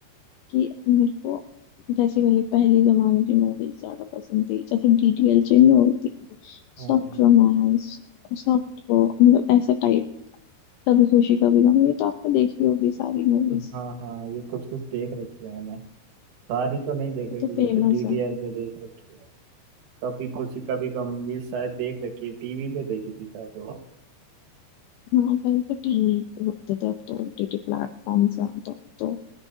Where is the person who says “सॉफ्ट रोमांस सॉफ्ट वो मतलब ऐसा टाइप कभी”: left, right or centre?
Left